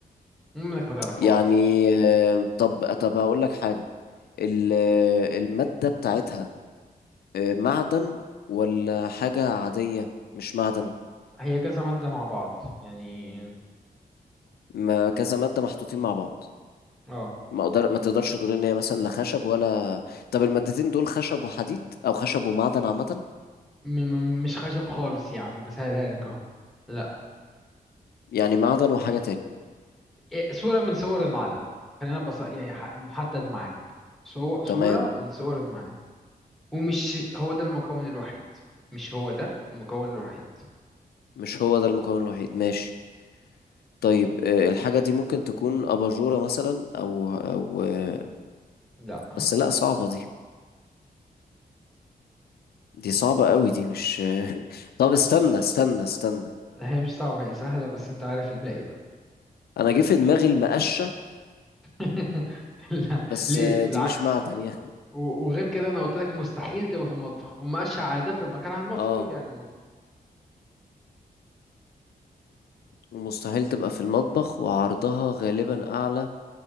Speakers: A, in the centre; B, on the left (about 85°).
A: منك ما تعرفهاش
B: يعني آه، طب طب هقول لك حاجة ال- آه، المادة بتاعتها آه، معدن ولا حاجة عادية مش معدن
A: هي كذا مادة مع بعض يعني
B: ما كذا مادة محطوطين مع بعض
A: اه
B: ما أقدر ما تقدرش تقول ان هي مثلا لا خشب ولا طب المادتين دول خشب وحديد او خشب ومعدن عامة
A: م م مش خشب خالص يا عم بسهلها لك اهو لا
B: يعني معدن وحاجة تاني
A: إيه، صورة من صور المعدن خلينا بص يعني ح- محدد معاك صو- صورة
B: تمام
A: من صور المعدن ومش هو ده المكون الوحيد مش هو ده المكون الوحيد
B: مش هو ده المكون الوحيد ماشي طيب آه، الحاجة دي ممكن تكون أباجورة مثلا أو أو آه،
A: لا
B: بس لأ صعبة دي دي صعبة قوي دي مش آه، <laughs> طب
A: معلش
B: استنى استنى استنى
A: هي مش صعبة هي سهلة بس انت عارف الباقي بقى
B: أنا جه في دماغي المقشة
A: <laughs> لا
B: بس
A: ليه
B: آه،
A: بالعكس
B: دي مش معدن يعني
A: و- وغير كده انا قلت لك مستحيل تبقى في المطبخ ومقاش عادة مكانها المفروض
B: اه
A: يعني المطبخ
B: ومستحيل تبقى في المطبخ وعرضها غالبا أعلى